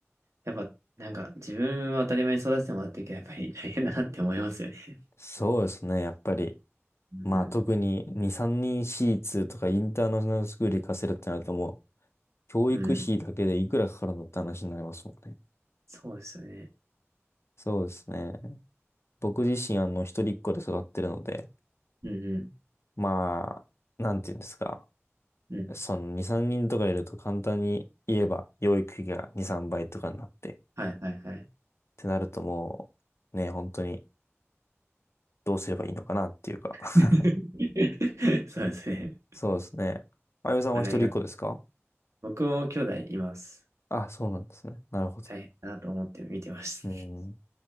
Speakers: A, on the right; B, on the left.
A: やっぱ、なんか、自分は当たり前に育ててもらってるけど、やっぱり大変だなって思いますよね。
B: そうですね。やっぱり、
A: うんう
B: まあ、特に2、3人私立とかインターナショナルスクール行かせるってなるともう、教育費だけでいくらかかるのって話になりますもんね。
A: ん。うん。そうですよね。
B: そうですね。僕自身、あの、一人っ子で育ってるので、
A: うんう
B: まあ、なんていうんですか。
A: ん。うん。
B: その2、3人とかいると簡単に言えば、養育費が2、3倍とかになって、
A: はいはいはい。
B: ってなるともう、ね、本当にどうすればいいのかなっていうか。<laughs>
A: <laughs> そうですね。
B: そうですね。あゆみさんは一人っ子ですか
A: お互いが。僕も兄弟います。
B: あ、そうなんですね。なるほど。
A: 大変だなと思って見てまし
B: うん。